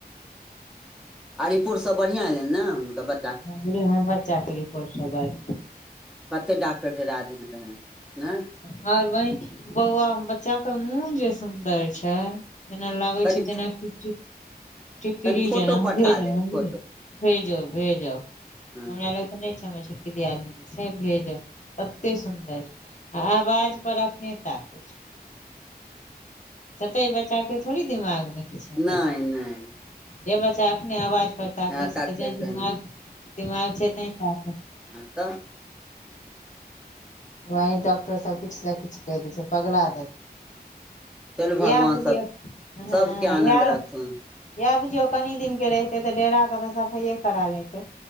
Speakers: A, in the centre; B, on the left.
A: आ रिपोर्ट सब बढ़िआँ एलैनि ने हुनका ब
B: हँ बच्चाके रिपोर्ट सब बढ़ियाँ।
A: कते डॉक्टर डेरा देने रहैय एँ।
B: मरबाहि बौआ बच्चाके मुहजे सुन्दर छैय। जेना लागैय
A: कनि
B: छैय जेना कि टिकरी
A: कनि फोटो
B: जेना
A: पठा
B: भेजा
A: दे
B: अनलिये
A: फोटो
B: भेजऽ-भेजऽ हमरा
A: हँ
B: लग ओ नै छैय हमर छोटकी दियादनी छैय भेजब तते सुन्दर आ आवाज पर अखने ताके छैय। ततै बच्चाके थोड़ि दिमागमे किछ हेतैय।
A: नहि नहि
B: जे बच्चा अखने आवाज पर ताकैय
A: हँ ताकतै
B: छैय त जैं
A: से
B: दिमाग-दिमाग
A: नहि
B: छैय तैं ताकैय
A: त।
B: वही डॉक्टर सब किछ स किछ कहि दैय छैय पगला देत।
A: चलू भगवान
B: यैह बुझियौ
A: सब
B: ह
A: सबके आनन्द
B: यैह।
A: रखथुन
B: यएह बुझियौ कनि दिनके रहितेय त डेरा के तऽ सफइए करा लैतैय।